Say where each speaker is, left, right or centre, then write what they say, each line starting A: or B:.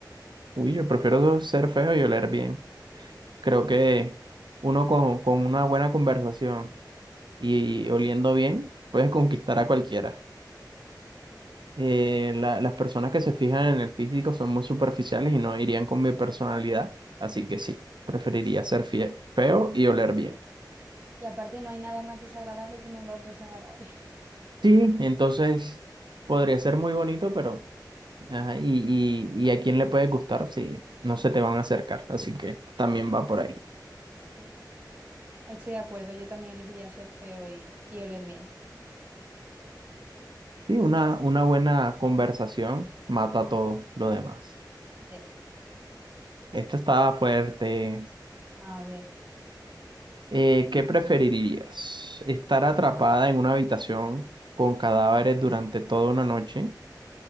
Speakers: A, on the right; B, on the right.
A: Uy, yo prefiero ser feo y oler bien. Creo que uno con, con una buena conversación y oliendo bien puedes conquistar a cualquiera. Eh, la- las personas que se fijan en el físico son muy superficiales y no irían con mi personalidad. Así que sí, preferiría ser fie- feo y oler bien.
B: Y aparte no hay nada más desagradable que un olor desagradable. <laughs>
A: Sí, entonces podría ser muy bonito, pero... Ajá, y, y, y a quién le puede gustar si no se te van a acercar, así que también va por ahí.
B: Sí, estoy de acuerdo, yo también elegiría ser feo y, y oler bien.
A: Sí, una, una buena conversación mata todo lo demás.
B: Sí.
A: Esta está fuerte.
B: A ver,
A: Eh, ¿qué preferirías? ¿Estar atrapada en una habitación con cadáveres durante toda una noche